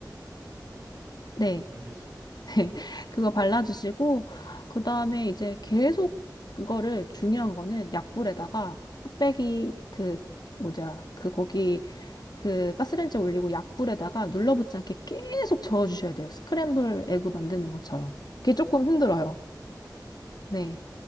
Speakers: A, on the right; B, on the left.
A: 음,
B: 네.
A: 알겠습니다.
B: <laughs>
A: 네.
B: 그거 발라주시고, 그 다음에 이제 계속 그거를 중요한 거는 약불에다가 뚝배기 그, 뭐냐, 그 거기 그 가스레인지에 올리고 약불에다가 눌러붙지 않게 계속 저어주셔야 돼요. 스크램블 에그 만드는 것처럼. 그게 조금 힘들어요.
A: 아,
B: 네.